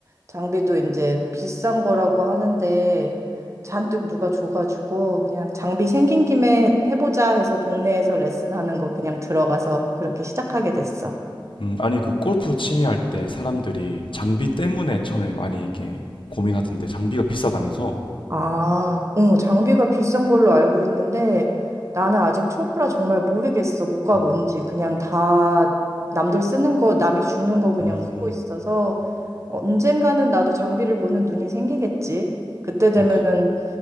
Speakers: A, on the right; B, on the left.
A: 장비도 이제 비싼 거라고 하는데 잔뜩 누가 줘가지고 그냥 장비 생긴 김에 해보자 해서 동네에서 레슨하는 거 그냥 들어가서 그렇게 시작하게 됐어.
B: 음, 아니, 그 골프 취미 할 때 사람들이 장비 때문에 처음에 많이 이렇게 고민하던데, 장비가 비싸다면서?
A: 아, 어, 장비가 비싼 걸로 알고 있는데 나는 아직 초보라 정말 모르겠어. 뭐가
B: 음,
A: 뭔지. 그냥 다 남들 쓰는 거, 남이 주는 거 그냥
B: 음,
A: 쓰고 있어서 언젠가는 나도 장비를 보는 눈이 생기겠지. 그때 되면은
B: 음.